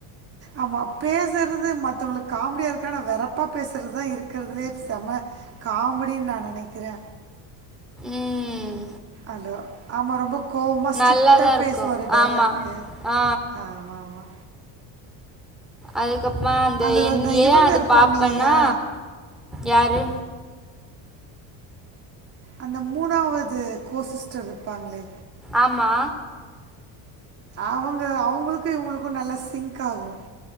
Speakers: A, on the right (about 35°); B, in the centre.
A: ஆமா பேசுகறது மத்தவங்களுக்கு காமெடிய இருக்க ஆனால் வெரப்பாக பேசுறது தான் இருக்கிறதுே செம காமெடின்னு நான் நெனைக்கிறே
B: ம்
A: அது ஆமா ரொம்ப கோவமா ஸ்ட்ரிக்டாக
B: நல்லாதான் இருக்கும்
A: பேசுவார் டைலாக்கு
B: ஆமா. ஆ
A: ஆம ஆமா
B: அதுக்கப்புறோம
A: அதில் அந்த
B: ஏன்
A: இவங்க
B: அது
A: இருப்பாங்க
B: பாப்பேன்னா
A: இல்லையா
B: யாரு
A: அந்த மூணாவது கோசிஸ்டர் இருப்பாங்களே
B: ஆமா
A: அவுங்க அவங்களளுக்கு இவுங்களுக்கும் நல்ல சிங்க் ஆகும்